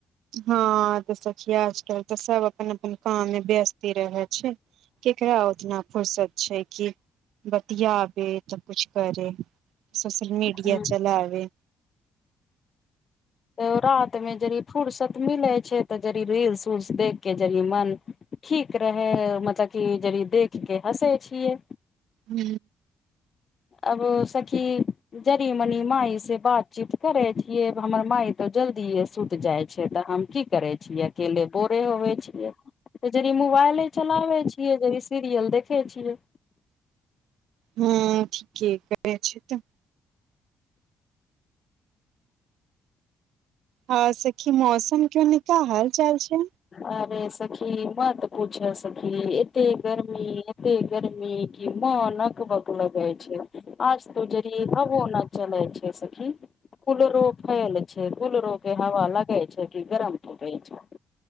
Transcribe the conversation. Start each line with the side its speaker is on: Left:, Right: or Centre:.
Right: हँ तऽ सखी आजकल तऽ सब अपन अपन काममे व्यस्ते रहै छै केकरा उतना फर्सत छै कि बतियाबे तऽ कुछ करे सोशल मीडिया
Left: हूँ
Right: चलाबे
Left: तऽ रातिमे जड़ि फुर्सत मिलै छै तऽ जड़ रील्स उल्स देख कऽ जड़ मन ठीक रहै मतलब कि जदि देख के हँसे छियै
Right: हू
Left: अब सखी जनी मनी माय से बातचीत करे छियै हमर मााय तऽ जल्दी सुति जाय छै ते हम की कि करे छियै अकेले बोरे होेबे छियै सोचले मोबाइले चलाबे छियै जे सीरियल देखे छियै
Right: हू ठीके करै छैथि हँ सखी मौसम के ओनि का हाल चाल छै
Left: अरे सखी मत पूछऽ सखी एते गर्मी एते गर्मी कि मन अक बक लगै छै आज तो जरी हबो नऽ चलै छै सखी कूलरो फेल छै कूलरो केँ हव लगे छै कि गरम फेकैइ छै